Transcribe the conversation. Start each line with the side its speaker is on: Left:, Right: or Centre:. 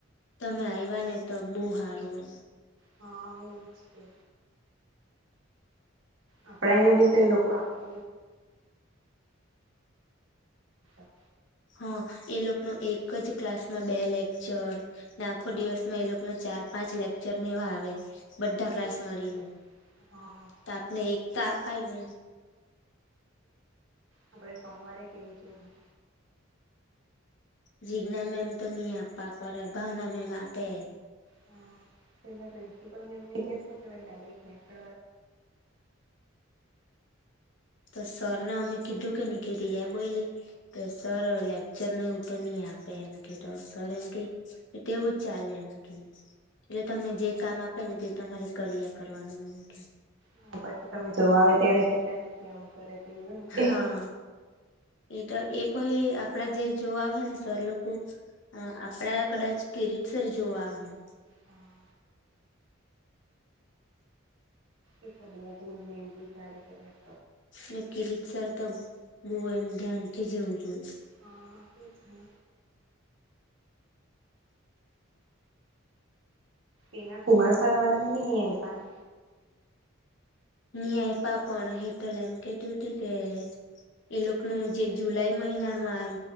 Left: તમે આવ્યા ને તો બહુ સારું એમ.
Right: હા એજ કહે. આપણા અહીંયા બે એ લોકો આખો <unintelligible>
Left: હા એ લોકોનો એક જ ક્લાસમાં બે લેક્ચર ને આખો
Right: હા
Left: દિવસમાં એ લોકો ના ચાર પાંચ લેક્ચર એવા આવે. બધા ક્લાસ
Right: એજ
Left: મળીને
Right: ને હા
Left: તો આપણને એક તો અપાય ને
Right: આપણે સોમવારે કહી જોઈએ.
Left: જીજ્ઞા મેમ તો નહી આપવા કરે ભાવના મેમ આપે.
Right: હા પહેલા પ્રિન્સિપલ મેમ એમને કહેશો કે ભાઈ ડાયરેકટ <unintelligible>
Left: તો સર ને અમે કીધુ કે રીયા બોલી તો સર લેક્ચરને એ તો નહી આપે એમ કે તો સર એમ કહે તેવું જ ચાલે એમ એટલે તમને જે કામ આપેને તે તમારે કર્યા કરવાનુ એમ કહે.
Right: હા. પછી તમે જોવા આવે ત્યારે કહેતાની કે આવું કરે. તેવું એમ કે
Left: હા એ પછી આપણા જે જોવા આવશે ને સર લોકો હક. આપણા કદાચ કિરીટ સર જોવા આવશે.
Right: હા એતો બહુ ભૂલ ને એવી કાઢે તને ક
Left: ને કિરીટ સર તો બહુ એમ ધ્યાનથી જેવું જોય.
Right: હા તે જ ને. એના કુમાર શાળા વાળા ને પણ નહી આપયાને
Left: ની આપયા પણ હેટલ એમ કહેતી હતી કે એ લોકોનું જે જુલાઈ મહિનામાં એમ